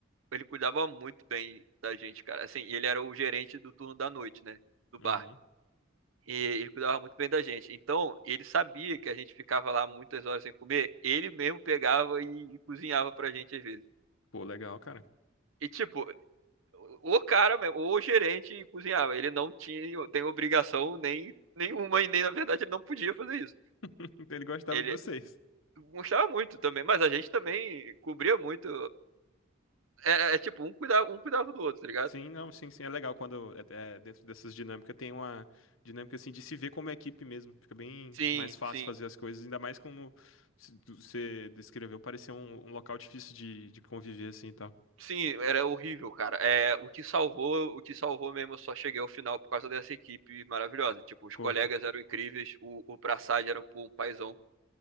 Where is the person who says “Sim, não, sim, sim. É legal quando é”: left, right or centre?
Left